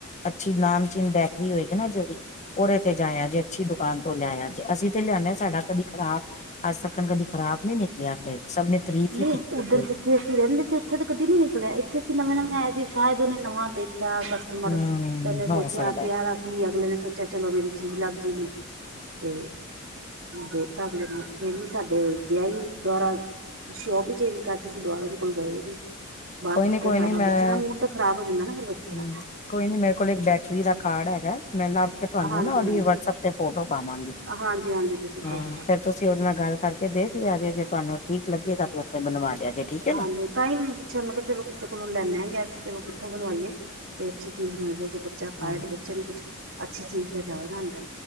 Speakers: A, on the left; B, on the right.
A: ਅੱਛੀ ਨਾਮਚੀਨ ਬੈਕਰੀ ਹੋਏਗੀ ਨਾ ਜਿਹੜੀ, ਉਰੇ ਤੇ ਜਾਇਆ ਜੇ ਅੱਛੀ ਦੁਕਾਨ ਤੋਂ ਲਿਆਇਆ ਜੇ ਅਸੀਂ ਤੇ ਲਿਆਦੇ ਹਾਂ ਸਾਡਾ ਕਦੀ ਖਰਾਬ ਅੱਜ ਤੱਕ ਤੱਕ ਕਦੀ ਖਰਾਬ ਨੀ ਨਿਕਲਿਆ ਸਭ ਨੇ ਤਾਰੀਫ਼
B: ਨਹੀਂ
A: ਹੀ ਕੀਤੀ
B: ਉੱਧਰ
A: ਏ।
B: ਜਿੱਥੇ ਅਸੀਂ ਰਹਿੰਦੇ ਸੀ ਉੱਥੇ ਤਾਂ ਕਦੀ ਨੀ ਨਿਕਲਿਆ ਇੱਥੇ ਅਸੀਂ ਨਵੇਂ ਨਵੇਂ ਆਏ ਸੀ ਸ਼ਾਇਦ ਉਹਨੇ ਨਵਾਂ ਦੇਖਿਆ ਉਮਰ,
A: ਹੂੰ,
B: ਤੈਨੇ ਸੋਚਿਆ
A: ਹੋ ਸਕਦਾ
B: ਪਿਆ ਦਾ। ਸੀ ਅਗਲੇ ਨੇ ਸੋਚਿਆ ਚਲੋ ਮੇਰੀ ਚੀਜ਼ ਲੱਗ ਜਾਏਗੀ, ਤੇ ਦੇ ਤਾਂ ਅਗਲੇ ਨੇ ਇਹ ਵੀ ਸਾਡੇ ਵਿਆਹੀ ਦੁਆਰਾ ਸ਼ੋਪ ਹੀ ਚੇਂਜ ਕਰਤੀ ਸੀ ਦੁਬਾਰਾ ਉਹਦੇ ਕੋਲ ਗਏ ਵੀ, ਬਾਹਰ
A: ਕੋਈ
B: ਸੁੁੱਟਿਆ
A: ਨੀ ਕੋਈ
B: ਸਾਰਾ
A: ਨੀ ਮੈਂ
B: ਬੱਚਿਆਂ ਮੂਡ ਤੱਕ ਖ਼ਰਾਬ ਹੋ ਜਾਂਦਾ ਨਾ ਫੇਰ ਬੱਚੇ
A: ਹੂੰ,
B: ਦਾ।
A: ਕੋਈ ਨੀ ਮੇਰੇ ਕੋਲ ਇੱਕ ਬੈਟਰੀ ਦਾ ਕਾਰਡ ਹੈਗਾ ਮੈਂ ਲੱਭ ਕੇ ਤੁਹਾਨੂੰ
B: ਹਾਂਜੀ
A: ਨਾ ਉਹਦੀ
B: ਹਾਂਜੀ
A: ਵਟਸਐਪ ਤੇ ਫੋਟੋ ਪਾਵਾਂਗੀ।
B: ਹਾਂਜੀ ਹਾਂਜੀ ਤੁਸੀਂ
A: ਹਾਂ
B: ਪੈਕ ਕਰ
A: ਫੇਰ
B: ਦੇਣਾ
A: ਤੁਸੀਂ ਉਹਦੇ ਨਾਲ ਗੱਲ ਕਰਕੇ ਦੇਖ ਲਓ ਜੇ ਤੁਹਾਨੂੰ ਠੀਕ ਲੱਗੇ ਤਾਂ ਉੱਥੇ ਬਣਵਾ ਲਿਆ ਜੇ ਠੀਕ ਏ
B: ਹਾਂਜੀ
A: ਨਾ।
B: ਤਾਂ ਹੀ ਮੈਂ ਪੁੱਛਿਆ ਮੈਂ ਕਿਹਾ ਚਲੋ ਕਿਸੇ ਕੋਲੋਂ ਲੈਨੇ ਆ ਗਿੱਸ ਚਲੋ ਕਿੱਥੋਂ ਬਣਵਾਈਏ ਕੋਈ ਅੱਛੀ ਚੀਜ਼ ਬਣ ਜਾ ਜੇ। ਬੱਚਾ ਖਾਏ
A: ਹਾਂ
B: ਬੱਚੇ ਨੂੰ ਕੁਛ, ਅੱਛੀ ਚੀਜ਼ ਤੇ ਜਾਏ ਨਾ ਅੰਦਰ।